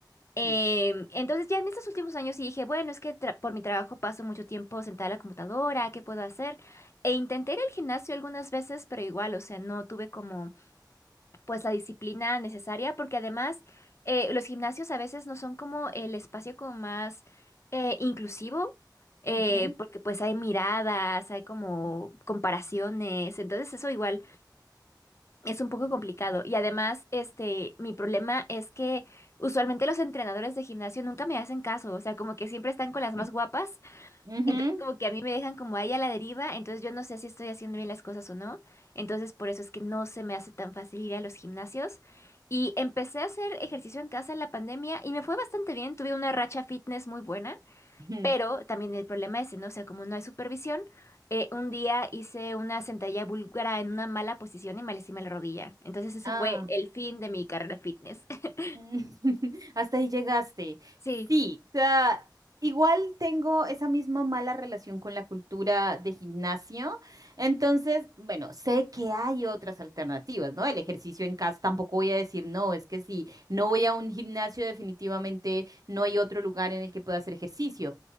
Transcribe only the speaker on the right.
Sí.
ujú,
Mm.
<laughs>
ujú,
ujú.
Ah,
<laughs> Hasta ahí llegaste.
Sí, o sea, igual tengo esa misma mala relación con la cultura de gimnasio. Entonces, bueno, sé que hay otras alternativas, ¿no? El ejercicio en casa, tampoco voy a decir no, es que si no voy a un gimnasio, definitivamente no hay otro lugar en el que pueda hacer ejercicio.